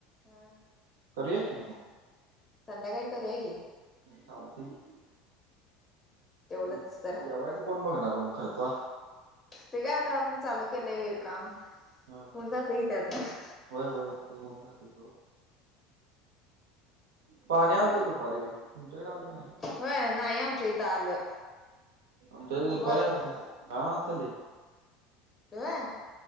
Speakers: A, on the left; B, on the right.
A: ह
B: करूया कि.
A: संध्याकाळी करू या कि.
B: चालतंय कि
A: तेवढंच
B: मग
A: जरा
B: जेवायचं? कोण बघणार मग खर्चा?
A: ते का आता आपण चालू केलंय काम
B: हा हा.
A: होऊन जातंय त्यातनं.
B: होय होय ते होऊन जातंय. पाणी आलतं दुपारी बी तुमच्याकडे आलेत
A: होय नाही आमच्या इथं आलं.
B: आमच्या इथं
A: बघवत
B: दुपारी आलंत का असं
A: व्हय